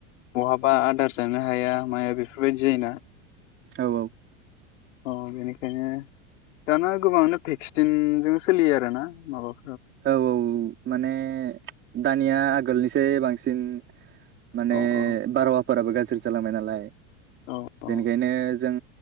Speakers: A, on the left (about 80°); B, on the right (about 30°).
A: बहाबा आदार जानो हाया माया बेफोरबायदि जायोना
B: औ औ
A: अ बेनिखायनो दाना गोबाङानो भेक्सिनजों सोलियो आरोना माबा
B: औ औ माने दानिया आगोलनिसाय बांसिन माने
A: औ औ
B: बारहावाफोराबो गाज्रि जालांबाय नालाय
A: औ
B: बेनिखायनो जों